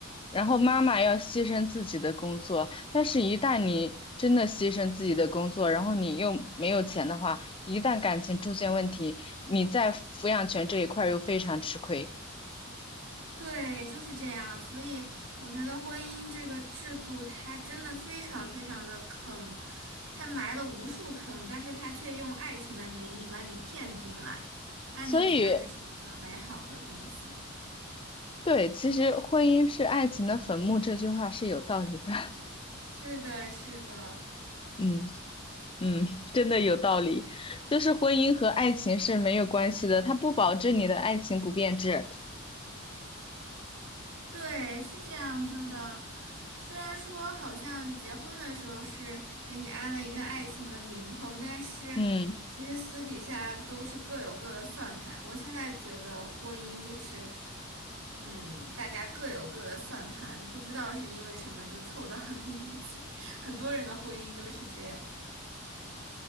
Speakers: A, on the left (about 25°); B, on the right (about 70°).
A: 然后妈妈要牺牲自己的工作，但是一旦你真的牺牲自己的工作，然后你又没有钱的话，一旦感情出现问题，你在抚养权这一块儿又非常吃亏。
B: 对，就是这样。所以我觉得婚姻这个制度，它真的非常非常的坑，它埋了无数坑，但是它却用爱情的名义把你骗进来，让你觉得这是一个美好的东西。
A: 所以，对，其实婚姻是爱情的坟墓这句话是有道理的。<laughs>
B: 是的，是的。
A: 嗯嗯，真的有道理。就是婚姻和爱情是没有关系的，它不保证你的爱情不变质。
B: 对，是这样子的。虽然说好像结婚的时候是给你安了一个爱情的名头，但是其实私底下都是各有各的算盘。
A: 嗯
B: 我现在觉得婚姻就是，嗯，大家各有各的算盘，不知道是因为什么就凑到了一起。<laughs> 很多人的婚姻都是这样。